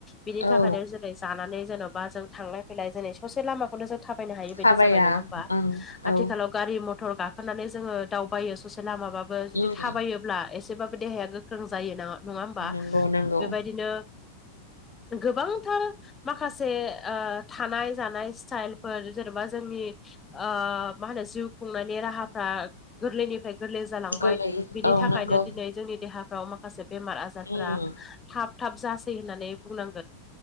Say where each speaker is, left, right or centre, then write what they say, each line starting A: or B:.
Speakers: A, on the left (about 15°); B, on the left (about 80°).
A: बिनि
B: औ
A: थाखायनो जेरै जानानै जेन'बा जों थांलाय फैलाय ससे लामाखौनो जों थाबायनो हायि बायदि
B: थाबाया
A: जाबाय नङा होनबा?
B: ओं औ
A: आथिखालाव गारि मथर गाखोनानै जोङो दावबायो ससे लामाबाबो। जुदि
B: उम
A: थाबायो ब्ला एसेबाबो देहाया गोख्रों जायो ना नङा होमबा,
B: नंगौ नंगौ
A: बेबायदिनो गोबांथार माखासे ओ थानाय जानाय स्टाइलफोर जेनेबा जोंनि ओ मा होनो जिउ खुंनायनि राहाफ्रा गोरलैनि फ्राय गोरलै जालांबाय।
B: गोरलै
A: बिनि
B: औ
A: थाखायनो
B: नंगौ
A: दिनै जोंनि देहाफ्राव माखासे बेमार आजारफ्रा
B: उम
A: थाब थाब जासै होननानै बुंनांगोन।